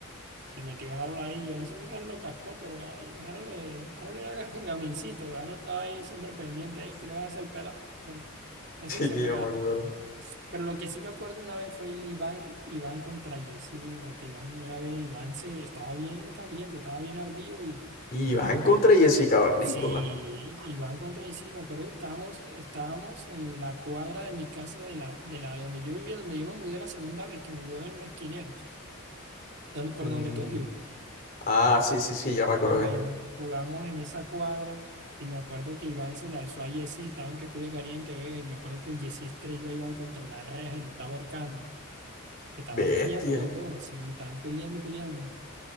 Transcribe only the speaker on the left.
Sí,
ya me acuerdo.
Y
van contra Jessica Barnícola.
Mm,
Ah, sí, sí, sí, ya me acordé.
Bestia.